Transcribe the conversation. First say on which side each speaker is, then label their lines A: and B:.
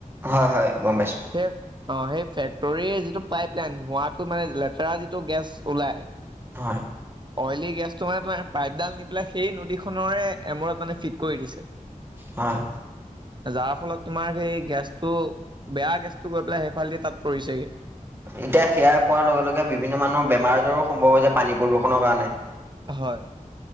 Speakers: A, on the right (about 15°); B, on the right (about 35°).
A: হয়-হয়, গম পাইছোঁ।
B: সেই অঁ! সেই ফেক্টৰীৰ যিটো পাইপলাইন, ধোৱাটো মানে লেতেৰা যিটো গেছ ওলাই।
A: হয়।
B: অইলী গেছটো মানে তোমাৰ পাইপডাল নি পেলাই সেই নদীখন পুনৰে এমূৰত মানে ফিট কৰি দিছে।
A: হয়।
B: যাৰ ফলত তোমাৰ সেই গেছটো বেয়া গেছটো গৈ পেলাই সেইফালেদি তাত পৰিছেগে।
A: এতিয়া সেয়া কৰাৰ লগে-লগে বিভিন্ন মানুহৰ বেমাৰ আজাৰো সম্ভৱ হৈছে পানী প্ৰদূষণৰ কাৰণে।
B: হয়।